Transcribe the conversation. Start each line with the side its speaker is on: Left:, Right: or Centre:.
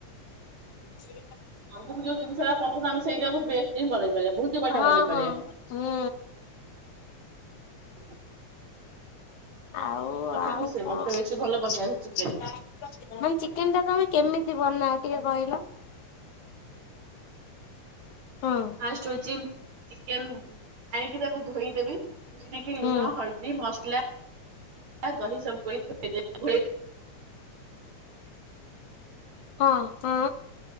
Left: ସେଇଟା
Right: ଆମକୁ ଯୋଉ ଜିନଷଟା ପସନ୍ଦ ଆମେ ସେଇଟା କୁ ବେଷ୍ଟ ହିଁ ବାନେଇ ରିବା ବହୁତ ବଢିଆ
Left: ହଁ
Right: ବନେଇ ପାରିବା।
Left: ହଁ ହୁଁ ଆଉ
Right: ମତେ
Left: ଆଉ
Right: କିନ୍ତୁ ସେ
Left: କଣ
Right: ମତେ ବେଶୀ ଭଲ ବନେଇ ଆସେ ଚିକେନ
Left: ମାନେ ଚିକେନ ଟା ତମେ କେମିତି ବନାଅ ଟିକେ କହିଲ? ହଁ
Right: ଫାଷ୍ଟ ହଉଚି ଚିକେନ ଆଣକି ତାକୁ ଧୋଇଦେବି ଧୋଇ ନେଇକି
Left: ହୁଁ
Right: ଲୁଣ ହଳଦୀ ମସଲା ଦହି ସବୁ <unintelligible> <unintelligible>
Left: ହଁ ହଁ